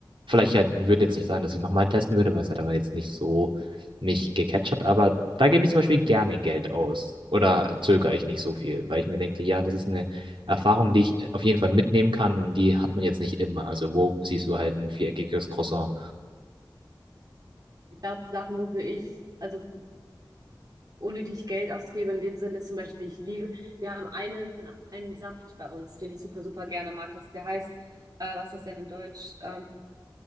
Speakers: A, on the right; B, on the right.
A: Vielleicht halt, ich würde jetzt nicht sagen, dass ich nochmal testen würde, weil es halt aber jetzt nicht so mich gecatcht hat, aber da gebe ich zum Beispiel gerne Geld aus oder zögere ich nicht so viel, weil ich mir denke, ja, das ist eine Erfahrung, die ich auf jeden Fall mitnehmen kann und die hat man jetzt nicht immer. Also wo siehst du halt ein viereckiges Croissant?
B: Ich glaube, Sachen, wofür ich, also unnötig Geld ausgebe. In dem Sinne ist zum Beispiel, ich liebe, wir haben einen, einen Saft bei uns, den ich super, super gerne mag. Das, der heißt, äh, was ist das denn in Deutsch? Ähm,